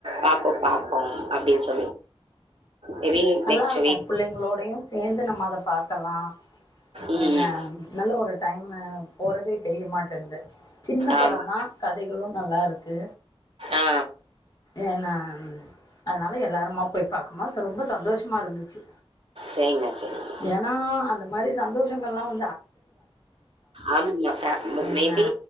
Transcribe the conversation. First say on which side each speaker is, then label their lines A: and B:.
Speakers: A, on the right (about 70°); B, on the left (about 40°).
A: பாப்போம் பாப் அ அப்டின்னு சொல்லி மேபி
B: நல்லாருக்கும்
A: நெக்ஸ்ட் வீக்
B: புள்ளைங்களோடையு சேந்து நம்ம அத பாக்கலா
A: ம், ம்.
B: ஏனா நல் ல ஒரு டைம ன போறதே தெரிய மாட்டன்து சின்ன படொந்தா
A: ஆமா.
B: கதைகளு நல்லாருக்கு
A: ஆ
B: ஏன்னா அத்னால எல்லாருமா போய் பாக்கும்மோ ரொம்ப சந்தோஷமா இருந்துச்சு
A: சரிங்க, சரிங்க.
B: ஏனா அந்த மாரி சந்தோஷங்கள்லா வ
A: ஆமாமா ஃப
B: ஏன்னா
A: மேபி